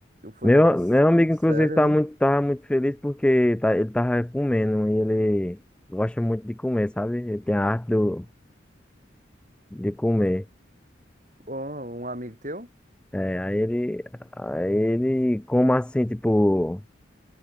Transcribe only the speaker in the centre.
Meu,
meu amigo,
inclusive,
tá muito,
tava muito feliz porque tá, ele tava comendo e ele gosta muito de comer, sabe? Ele tem a arte do, de comer.
É, aí ele. Aí ele, como assim, tipo.